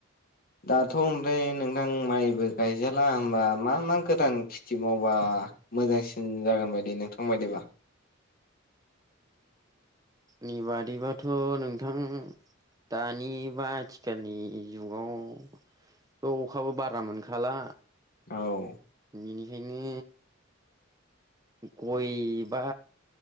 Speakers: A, on the left; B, on the right.
A: दाथ' ओमफ्राय नोंथां माइबो गायजाला होमबा मा मा गोदान खिथ खेथि मावबा मोजांसिन जागोन बादि नोंथां बायदिबा
B: नि बादिबाथ' नोंथां दानि बा आथिखालनि जुगाव थ' अखाबो बारा मोनखाला
A: औ
B: बेनिखायनो गय बा